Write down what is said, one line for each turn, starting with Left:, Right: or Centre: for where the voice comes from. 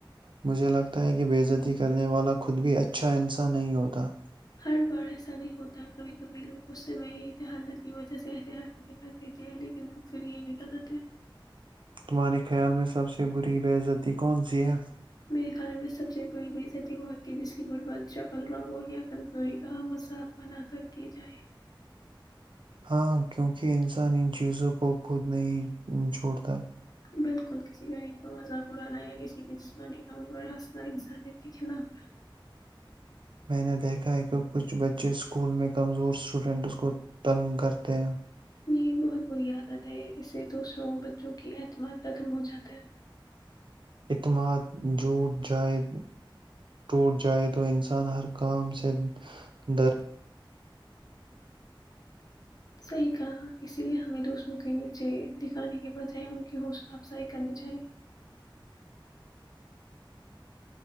Right: مجھے لگتا ہے کہ بےزتی کرنے والا خود بھی اچھا انسان نہیں ہوتا
Left: ہار بار ایسا نہیں ہوتا کبھی کبھی لوگ اس سے میں یہ حالت کی وجہ سے ایسی حرکتیں کر دیتے ہیں لیکن پھر یہ بھی غلط ہے
Right: تمہارے خیال میں سب سے بری بےعزتی کون سی ہے
Left: میرے خھانے میں سب سے بڑی بیصط وہا کی جس کی غربت چکل رگور یا کزوری کا مذاق بنا کر کی جائے
Right: ہاں کیوںکہ انسان ان چیزوں کو خود نہیں چھوڑتا
Left: بالکل کسی کا ان کو مذاقرانا یا کسی کی جسمانی کمی پر ہنسنا انسانیت کے خلاف ہے
Right: میں نے دیکھا ہے کہ کچھ بچے اسکول میں کمزور اسٹوڈنٹس کو تنگ کرتے ہیں
Left: یہ بہت بری عدت ہے اس سے دو سروں بچوں کی اعتماد ختم ہو جاتے ہے
Right: اعتماد جھٹ جائے ٹوٹ جائے تو انسان ہر کام سے در
Left: صحیح کہا اسی لیے ہمیں دوسروں کے نیچے دکھانے کے بجائے ان کی حوصلہ افزائی کرنی چاہیے